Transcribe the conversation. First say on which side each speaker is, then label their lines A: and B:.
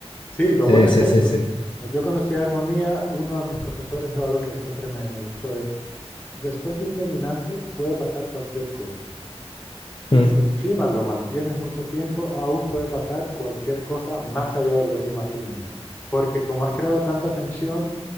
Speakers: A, on the left; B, on the left.
A: Sí, lo
B: sí,
A: bueno
B: sí,
A: es eso.
B: sí, sí.
A: Ah, Yo cuando estudié armonía, uno de mis profesores dijo algo que siempre me, me gustó, es, después de un dominante puede pasar cualquier cosa. Y
B: Mm,
A: si encima lo mantienes mucho tiempo, aún puede pasar cualquier cosa más allá de lo que te imagines. Porque como has creado tanta tensión,